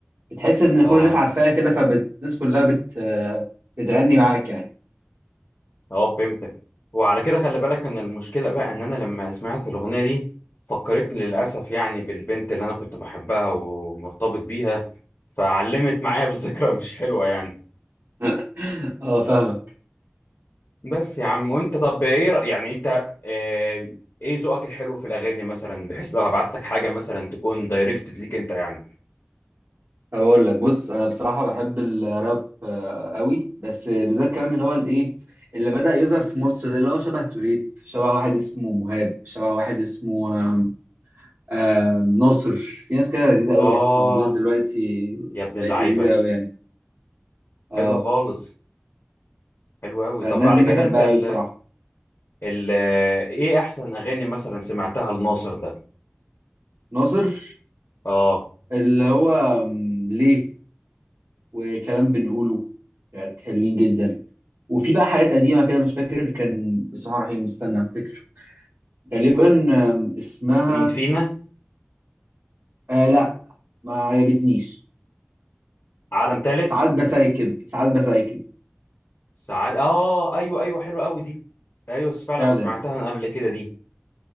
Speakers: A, on the right (about 85°); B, on the left (about 65°).
A: بتحس ان
B: اه
A: كل الناس عارفاها كده فالناس كلها بت آه، بتغني معاك يعني
B: اه فهمتك وعلى كده خلي بالك ان المشكلة بقى ان انا لما سمعت الأغنية دي فكرتني للأسف يعني بالبنت اللي انا كنت بحبها ومرتبط بيها فعلمت معايا <laughs> بذكرى مش حلوة يعني
A: <laughs> اه فاهمك
B: بس يا عم وانت طب ايه رأي يعني انت آه، ايه ذوقك الحلو في الأغاني مثلا بحيث لو هبعت لك حاجة مثلا تكون دايركتد ليك انت يعني
A: طب اقول لك بص انا بصراحه بحب الراب آه، قوي بس بالذات كمان اللي هو الايه اللي بدأ يظهر في مصر ده اللي هو شبه توليت شبه واحد اسمه مهاب شبه واحد اسمه آم، آم، ناصر في ناس كده لذيذه قوي
B: اه
A: بقت موجوده دلوقتي
B: يا ابن اللعيبة
A: بقت لذيذه قوي يعني اه
B: حلو خالص حلو قوي
A: فالناس
B: طب على
A: دي
B: كده
A: بحبها
B: انت ال
A: قوي بصراحه
B: ال ايه احسن اغاني مثلا سمعتها لناصر ده
A: ناصر
B: اه
A: اللي هو آم، ليه وكلام بنقوله كانت حلوين جدا وفي بقى حاجات قديمه كده مش فاكر كان بسم الله الرحمن الرحيم استنى افتكر غالبا آم، اسمها
B: مين فينا
A: آه لا ما عجبتنيش
B: عالم تالت
A: ساعات بسايكب ساعات بسايكب
B: ساعات اه ايوه ايوه حلو قوي دي ايوه فعلا
A: فعلا
B: سمعتها أنا قبل كده دي